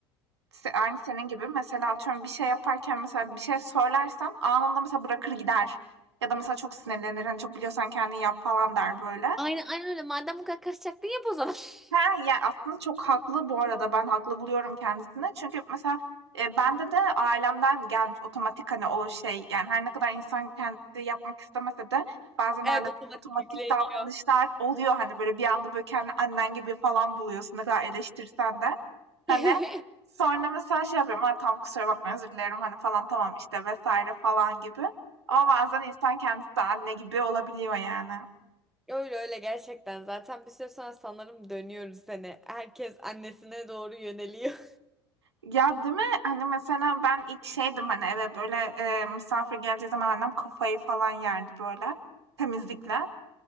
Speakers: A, on the right; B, in the centre.
A: se- aynı senin gibi. Mesela atıyorum bir şey yaparken mesela bir şey söylersem anında mesela bırakır gider. Ya da mesela çok sinirlenir. Hani çok biliyorsan kendin yap falan der böyle.
B: Aynen aynen öyle. Madem bu kadar karışacaktın yap o zaman. <laughs>
A: He, ya, aslında çok haklı bu arada. Ben haklı buluyorum kendisini. Çünkü mesela, eee, bende de ailemden gelmiş otomatik, hani, o şey, yani, her ne kadar insan kendisi yapmak istemese de bazen
B: Evet
A: ailede
B: otomatik
A: otomatik
B: yükleniyor.
A: davranışlar oluyor. Hani, böyle, bir anda, böyle, kendini annen gibi falan buluyorsun ne kadar eleştirsen de. Hani,
B: <laughs>
A: sonra mesela şey yapıyorum, "A, tam kusura bakma, özür dilerim." hani, falan, "Tamam, işte." vesaire falan gibi. Ama bazen insan kendisi de anne gibi olabiliyor yani.
B: Öyle öyle gerçekten. Zaten bir süre sonra sanırım dönüyoruz seni. Herkes annesine doğru yöneliyor.
A: Ya değil mi? Hani mesela ben ilk şeydim hani eve böyle e, misafir geleceği zaman annem kafayı falan yerdi böyle temizlikle.